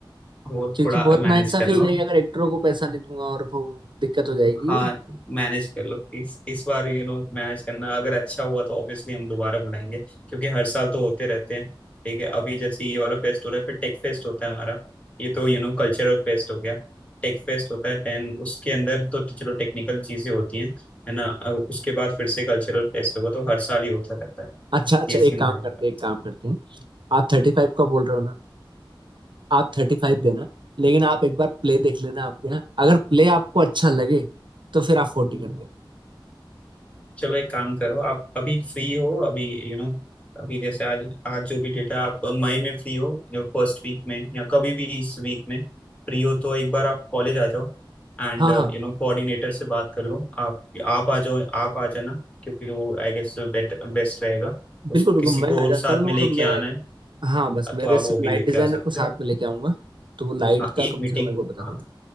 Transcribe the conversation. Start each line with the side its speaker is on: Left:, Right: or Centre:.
Left: वो
Right: क्योंकि
Left: थोड़ा
Right: बहुत
Left: मैनेज
Right: नाइंसाफी
Left: कर लो
Right: हो जाएगी अगर एक्टरों को पैसा नहीं दूंगा और वो दिक्कत हो जाएगी
Left: हाँ मैनेज कर लो इस इस बार यू नो मैनेज करना अगर अच्छा हुआ तो ऑब्वियसली हम दोबारा बुलाएंगे क्योंकि हर साल तो होते रहते हैं ठीक है अभी जैसे ये वाला फेस्ट हो रहा है फिर टेक फेस्ट होता है हमारा ये तो यू नो कल्चरल फेस्ट हो गया टेक फेस्ट होता है देन उसके अंदर तो तो चलो टेक्निकल चीजें होती हैं है ना और उसके बाद फिर से कल्चरल फेस्ट होगा तो हर साल ही होता रहता है
Right: अच्छा अच्छा
Left: ये सीन
Right: एक काम
Left: रहेगा
Right: करते हैं एक काम करते हैं आप थर्टी फाइव का बोल रहे हो ना आप थर्टी फाइव देना लेकिन आप एक बार प्ले देख लेना आपके यहाँ अगर प्ले आपको अच्छा लगे तो फिर आप फोर्टी
Left: हाँ।
Right: कर दो
Left: चलो एक काम करो आप अभी फ्री हो अभी यू you नो know, अभी जैसे आज आज जो भी डेटा आप मई में फ्री हो या फर्स्ट वीक में या कभी भी इस वीक में फ्री हो तो एक बार आप कॉलेज आ जाओ एंड
Right: हाँ हाँ
Left: यू नो कोऑर्डिनेटर से बात कर लो आप आप आ जाओ आप आ जाना क्योंकि वो आई गेस बेट बेस्ट रहेगा उस
Right: बिल्कुल बिल्कुल
Left: किसी
Right: मैं
Left: को
Right: आ
Left: और
Right: जाता
Left: साथ
Right: हूँ
Left: में लेके
Right: और मैं
Left: आना है
Right: हाँ बस मेरे
Left: तो आप
Right: सिर्फ
Left: वो भी
Right: लाइट
Left: लेके
Right: डिजाइनर
Left: आ सकते
Right: को साथ
Left: हो
Right: में लेके आऊंगा तो लाइट
Left: हाँ
Right: का
Left: एक
Right: कम
Left: मीटिंग
Right: से कम एक बार बता
Left: हाँ
Right: देना